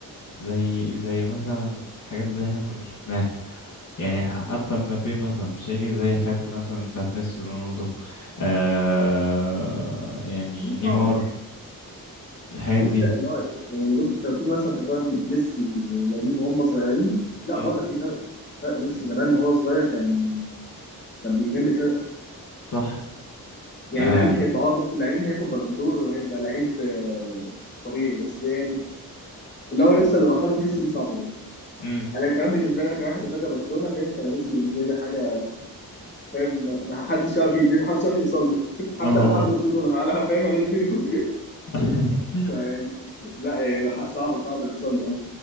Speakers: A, on the left; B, on the left.
A: زي زي مثلا الحاجات اللي احنا كنا شفناها يعني حتى مبابي مثلا مش هيجي زي الحاجات اللي مثلا بتاعت ميسي ورونالدو آه يعني
B: دي
A: نيمار
B: صعبه
A: الحاجات
B: بص
A: دي
B: اللي هو يعني بص انت لما تيجي مثلا تقارن ميسي ولامين وهم صغيرين لا
A: امم
B: برضه في فرق فرق ميسي
A: امم
B: زمان وهو صغير كان كان بيلم فرق
A: صح
B: يعني
A: اه
B: لامين هيبقى اه ممكن لامين هياخد بالون دور وهيبقى لعيب آه، مش طبيعي بس يعني اللي هو لسه لمرحله ميسي دي صعبه برضه
A: امم
B: انا كمان بالنسبه لي انا كواحد بشجع برشلونه فاهم فانا ميسي بالنسبه لي ده حاجه فاهم ما ما حدش يعرف ي- ما حدش يعرف يوصل له <laughs> حتى
A: اه
B: لو حد وصل له انا فاهم هنزله <laughs>
A: <laughs>
B: فيعني لا يعني صعبه صعبه يوصل له